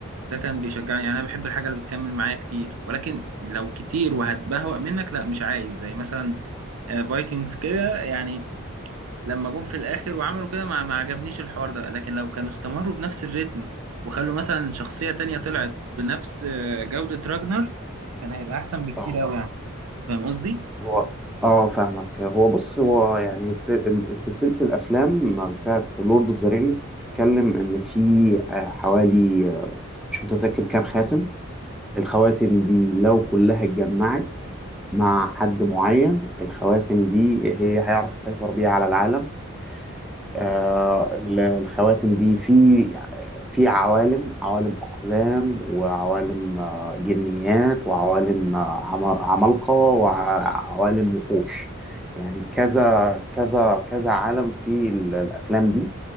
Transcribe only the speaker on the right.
ده كان بيشجعني يعني أنا بحب الحاجة اللي بتكمل معايا كتير ولكن لو كتير وهتبهوأ منك لا مش عايز زي مثلا آه، فايكنجز كده يعني لما جم في الاخر وعملوا كده ما ما عجبنيش الحوار ده لكن لو كانوا استمروا بنفس الريتم وخلوا مثلا شخصية تانية طلعت بنفس آه، جودة راجنر كان هيبقى احسن بكتير
قوي يعني اه فاهم قصدي
اه